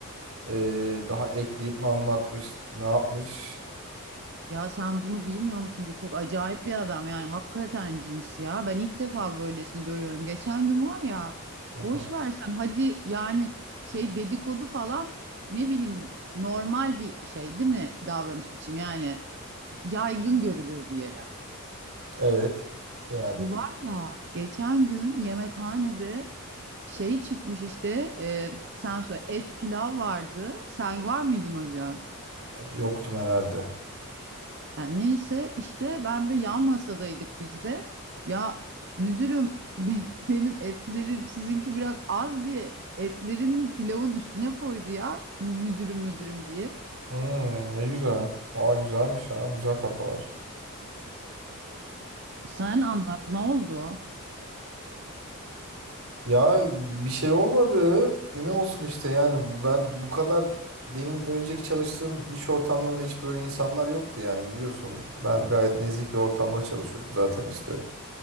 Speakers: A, on the right (about 65°); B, on the right (about 50°).
A: eee, daha ekleyip mi anlatmış? Ne yapmış?
B: Ya sen bunu bilmiyor musun? Bu çok acayip bir adam yani hakikaten cins ya. Ben ilk defa böylesini görüyorum. Geçen gün var ya
A: Hı hı.
B: boş versen hadi yani şey dedikodu falan ne bileyim normal bir şey değil mi davranış biçimi yani yaygın görülür diyelim.
A: Evet. Yani
B: Bu var ya geçen gün yemekhanede şey çıkmış işte e, sen söyle et pilav vardı. Sen var mıydın o gün?
A: yoktum herhalde.
B: Ha, neyse işte ben de yan masadaydık biz de. Ya müdürüm <laughs> benim, benim etlerim sizinki biraz az diye etlerin pilavın üstüne koydu ya mü- müdürüm müdürüm diye.
A: Hmm, ne güzel. Aa güzelmiş ha. Güzel kafalar.
B: Sen anlat ne oldu?
A: Ya bir şey olmadı. E, ne olsun işte yani ben bu kadar benim önceki çalıştığım iş ortamlarında hiç böyle insanlar yoktu yani biliyorsun. Ben gayet nezih bir ortamda çalışıyordum zaten işte.